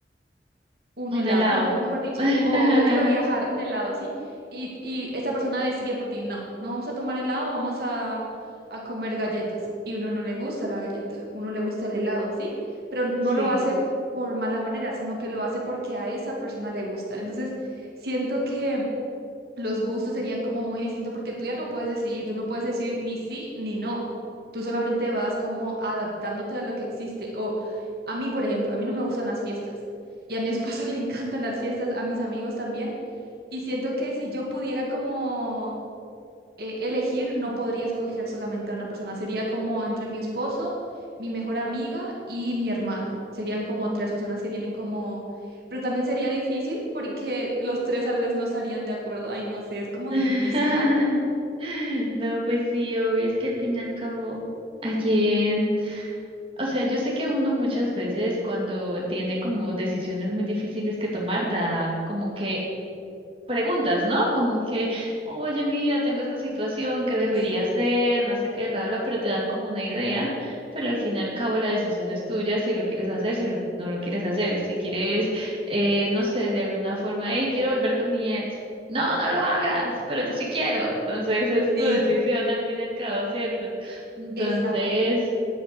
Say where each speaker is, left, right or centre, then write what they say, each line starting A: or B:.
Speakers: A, on the right; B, on the right.
A: un
B: Un
A: helado,
B: helado.
A: no, me- mejor dicho,
B: <laughs>
A: o yo quiero viajar, un helado, ¿sí? Y, y esa persona decide por ti, no, no vamos a tomar helado, vamos a, a comer galletas. Y uno no le gusta la galleta, uno le gusta el helado, ¿sí? Pero no
B: Sí.
A: lo hace por mala manera, sino que lo hace porque a esa persona le gusta. Entonces, siento que los gustos serían como muy distintos porque tú ya no puedes decidir, tú no puedes decir ni sí ni no. Tú solamente vas como adaptándote a lo que existe. O a mí, por ejemplo, a mí no me gustan las fiestas y a mi esposo <laughs> le encantan las fiestas, a mis amigos también. Y siento que si yo pudiera como eh, elegir, no podría escoger solamente a una persona. Sería como entre mi esposo, mi mejor amiga y mi hermana. Serían como tres personas que tienen como... Pero también sería difícil porque los tres tal vez no estarían de acuerdo. Ay, no sé, es como
B: <laughs>
A: difícil.
B: No, pues sí, obvio, es que al fin y al cabo, ¿a quién? O sea, yo sé que uno muchas veces cuando tiene como decisiones muy difíciles que tomar, da como que preguntas, ¿no? Como que, oye, mira, tengo esta situación, ¿qué
A: <laughs>
B: debería
A: Exacto.
B: hacer? No sé qué, bla, bla, pero te dan como una idea, pero al fin y al cabo la decisión es tuya, si lo quieres hacer, si lo- no lo quieres hacer, si quieres, eh, no sé, de alguna forma, hey, quiero volver con mi ex. No, no lo hagas, pero yo sí quiero. Entonces es
A: Sí,
B: tu decisión al fin y al cabo, ¿cierto? Entonces,
A: Exacto.